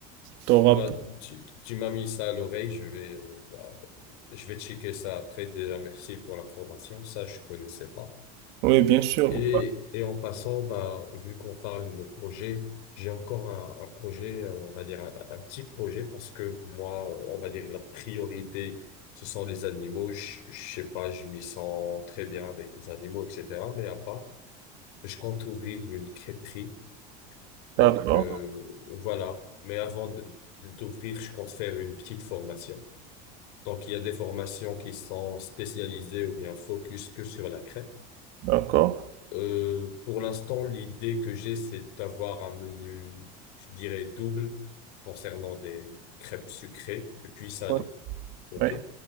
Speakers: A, on the right; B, on the left.
A: t'auras...
B: Bah, tu, tu m'as mis ça à l'oreille, je vais, euh, bah, je vais checker ça après. Déjà, merci pour l'information. Ça, je connaissais pas.
A: Oui, bien sûr.
B: Et, et en passant, bah, vu qu'on parle de nos projets, j'ai encore un, un projet, euh, on va dire un, un petit projet parce que moi, euh, on va dire la priorité, ce sont les animaux. Je, je sais pas, je m'y sens très bien avec les animaux, etc. Mais à part, je compte ouvrir une crêperie donc
A: D'accord,
B: euh, voilà. Mais avant de, de t'ouvrir, je compte faire une petite formation. Donc il y a des formations qui sont spécialisées ou bien focus que sur la crêpe.
A: d'accord.
B: Euh, pour l'instant, l'idée que j'ai, c'est d'avoir un menu, je dirais, double concernant des crêpes sucrées et puis salées.
A: Ouais,
B: OK?
A: ouais.